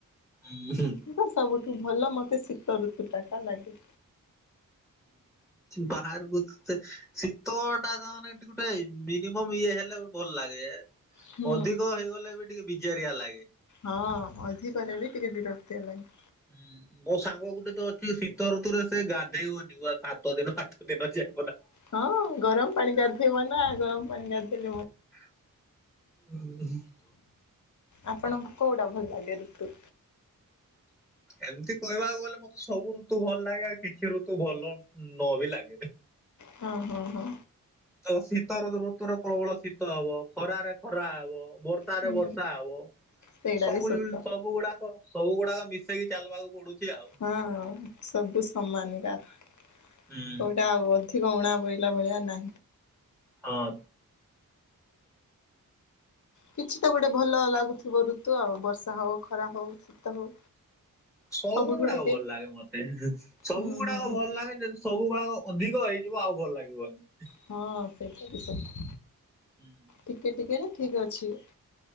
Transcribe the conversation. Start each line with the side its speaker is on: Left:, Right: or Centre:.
Centre: ହୁଁ।
Left: ତ ସବୁଠୁ ଭଲ ମତେ ଶୀତ ଋ ୁଟା ଟା ଲାଗେ।
Centre: ବାହାରକୁ। ସେ ଶୀତ ଟାାନେ ଗୋଟେ ମିନିମମ୍ ଇଏ ହେଲେ ଗୋେ ଭଲ ଲାଗେ।
Left: ହୁଁ
Centre: ଅଧିକ ହେଇଗଲେ ବି ଟିକେ ବିଜାରଆ ଲାଗେ।
Left: ହଁ ଅଧିକ ବି ଟିକେ ବିରକ୍ତି ହେଲାଣିି।
Centre: ହୁଁ ମୋ ସାଙ୍ଗ ଗୋଟେ ତ ଅଛି ଶୀତ ଋତୁରେ ସେ ଗାଧେଇବନି ସାତ ଦିନ ଆଠ ଦିନ ଯିବ ନା
Left: ହଁ ଗରମ ପାଣି ଗାଧେଇବ ନା ଗରମ ପାଣି ଗାଧୋଇଲେ ମତେ
Centre: ହ
Left: ଆପଣଙ୍କୁ କଉଟା ଭଲ ଲାଗେ ଋତୁ?
Centre: ଏମତି କହିବାକୁ ଗଲେ ମତେ ସବୁ ଋତୁ ଭଲ ଲାଗେ ଆଉ କିଛି ଋତୁ ଭଲ ନ ବି ଲାଗେ।
Left: ହଁ ହଁ ହଁ
Centre: ତ ଶୀତଋତୁରେ ପ୍ରବଳ ଶୀତ ହେବ ଖରାରେ ଖରା ହେବ ବୋର ବର୍ଷାରେ
Left: ହୁଁ
Centre: ବର୍ଷା ହେବ
Left: ସେଇଟା
Centre: ସବୁ
Left: ବି ସତ।
Centre: ସବୁ ଗୁଡାକ ସବୁ ଗୁଡାକ ମିଶେଇକି ଚାଲବାକୁ ପଡୁଛି ଆଉ
Left: ହଁ ସବୁ ସମାନ ଟା କଉଟା
Centre: ହୁଁ
Left: ବହୁତ ଏଠି ଗହଣା ବୋହିଲା ଭଳିଆ ନା
Centre: ହଁ
Left: କିଛି ତ ଗୋଟେ ଭଲ ଲାଗୁଥିବ ଋତୁ ଆଉ ବର୍ଷା ହଉ, ଖରା ହଉ, ଶୀତ ହଉ
Centre: ସବୁ
Left: ସବୁଠୁ
Centre: ଗୁଡାକ
Left: ଟିକେ
Centre: ଭଲ ଲାଗେ ମତେ, ସବୁ
Left: ହୁଁ
Centre: ଗୁଡାକ
Left: ହୁଁ ହୁଁ
Centre: ଭଲ ଲାଗେ ଯେ ସବୁ ଗଳ ଅଧିକ ହେଇଯିବ ଆଉ ଭଲ ଲାଗିବନି
Left: ହଁ ସେଇଟା ବି ସତ,
Centre: ହୁଁ।
Left: ଟିକେ ଟିକେ ରେ ଠିକ ଅଛି।